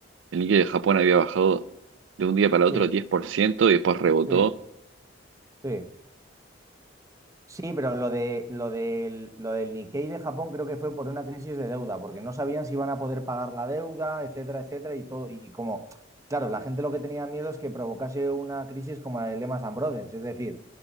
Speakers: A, on the right; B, on the right.
A: el Nikkei de Japón había bajado de un día para
B: Sí,
A: otro 10% y después rebotó.
B: sí, sí. Sí, pero lo de, lo del, lo del Nikkei de Japón creo que fue por una crisis de deuda, porque no sabían si iban a poder pagar la deuda, etcétera, etcétera, y todo. Y como, claro, la gente lo que tenía miedo es que provocase una crisis como la de Lehman Brothers, es decir,